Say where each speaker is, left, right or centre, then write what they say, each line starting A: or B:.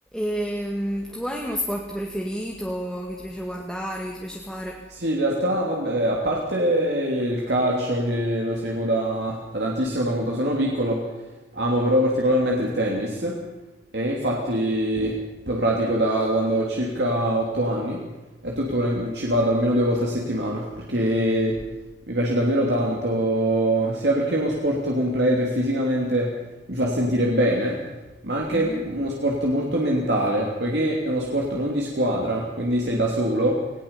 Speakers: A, in the centre; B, on the right (about 65°).
A: E tu hai uno sport preferito che ti piace guardare, che ti piace fare?
B: Sì, in realtà, vabbè, a parte il calcio che lo seguo da, da tantissimo, da quando sono piccolo, amo però particolarmente il tennis e infatti lo pratico da quando ho circa 8 anni e tuttora in- ci vado almeno due volte a settimana perché mi piace davvero tanto, sia perché è uno sport completo e fisicamente mi fa sentire bene, ma anche
A: Mhm,
B: uno sport molto mentale, poiché è uno sport non di squadra, quindi sei da solo,